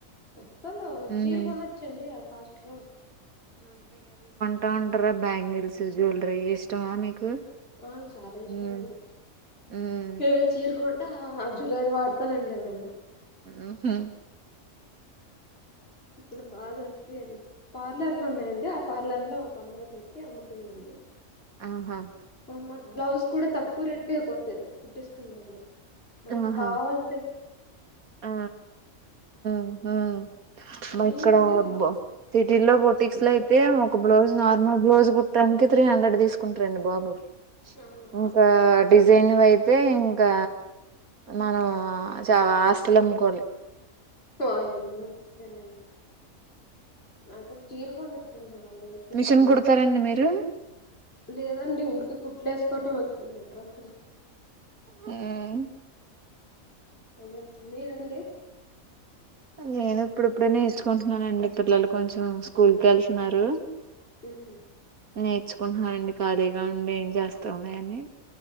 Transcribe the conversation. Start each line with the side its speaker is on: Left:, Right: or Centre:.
Left: వస్తలో
Right: ఉమ్
Left: చీర కొనొచ్చండి ఆ కాస్ట్ లో
Right: టాండర బ్యాంగిల్స్ జ్యువెలరీ ఇష్టమా మీకు
Left: ఆ చాలా ఇష్టం
Right: ఉమ్
Left: అండి
Right: ఉమ్
Left: ఏ చీర కొన్ ఆ జ్యూవెలరీ వాడుతానండి నేను
Right: మ్ హు
Left: ఇక్కడ బాగా దొరుకుతాయండి పార్లర్లు ఉన్నాయండి ఆ పార్లర్ లో ఒక అమ్మాయి పెట్టి అమ్ముతుందండి
Right: ఆహా
Left: మ మాక్ బ్లౌజ్ కూడా తక్కువ రెట్ కే కుట్టి కుట్టిస్తుందండి మనకి
Right: ఆహా
Left: కావాల్సిన్
Right: ఆ మ్ హు మా
Left: మీరండి
Right: ఇక్కడ బా సిటీల్లో బొ టిక్స్ లైతే ఒక బ్లౌజ్ నార్మల్ బ్లౌజ్ కుట్టడానికి త్రీ హండ్రెడ్ తీసుకుంటారండి బాబు
Left: అవునా
Right: ఇంకా డిజ్ జన్వయితే ఇంకా మనం ఆ చా ఆస్తులమ్ముకోవాలి
Left: వాయమ్మో సరే అండి అసలు చీరు కొని వాళ్లేసేదన్ని
Right: మిషన్ కుడతారండి మీరు
Left: లేదండి ఊరికే కుట్ ట్లేసుకోవటం వచ్చండి డ్రస్సులు
Right: మ్మ్
Left: అదండి మీరండి
Right: నేను ఇప్పుడిప్పుడే నేర్చుకుంటున్నానండి పిల్లలు కొంచెం స్కూల్ కేళ్తున్నారు
Left: ఉమ్,
Right: నేర్చుకుంట్నాండి ఖాళీగా ఉండి ఏం చేస్తాం లే అని